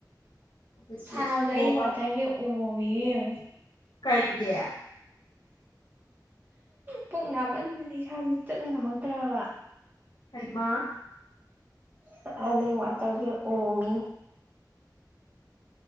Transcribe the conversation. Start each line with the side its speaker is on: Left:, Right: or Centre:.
Left: ꯍꯧꯖꯤꯛꯇꯤ
Right: ꯁꯥꯕꯗꯣ ꯑꯩꯗꯤ
Left: ꯑꯣ ꯋꯥ
Right: ꯋꯥꯇ꯭ꯔ ꯕꯦꯛ ꯑꯣꯝꯃꯤꯌꯦ ꯌꯦꯡ
Left: ꯀꯩꯒꯤ
Right: ꯄꯨꯛ ꯅꯥꯃꯟꯗꯅ ꯏꯁꯥꯥꯁꯦ ꯆꯠ ꯉꯝꯃꯛꯇ꯭ꯔꯕ
Left: ꯍꯩꯃꯥ
Right: ꯉꯥꯁꯥꯏꯗꯩꯩ ꯋꯥꯇꯔ ꯕꯦꯛ ꯑꯣꯝꯃꯤ